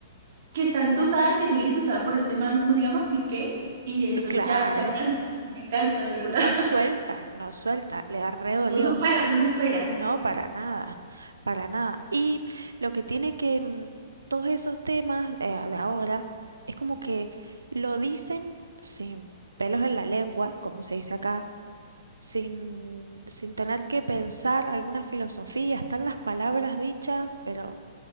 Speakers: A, on the right; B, on the right.
A: que está entusada, que sigue entusada por este man, ¿cómo se llama? Piqué, y eso
B: claro,
A: ya, ya cansa, ya cansa de verdad.
B: no
A: <laughs>
B: suelta, no suelta, le da re dolió.
A: No supera, no supera.
B: No, para nada, para nada. Y lo que tiene que mm, todos esos temas eh, de ahora es como que lo dicen sin pelos en la lengua, como se dice acá, sin, sin tener que pensar alguna filosofía. Están las palabras dichas, pero